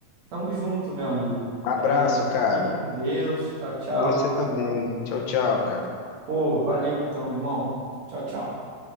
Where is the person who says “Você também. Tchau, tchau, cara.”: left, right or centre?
Left